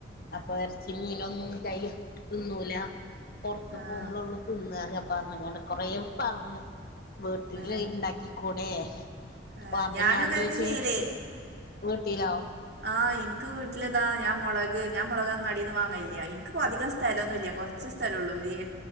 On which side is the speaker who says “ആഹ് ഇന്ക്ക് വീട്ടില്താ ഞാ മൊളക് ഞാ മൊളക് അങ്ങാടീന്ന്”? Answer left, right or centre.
Right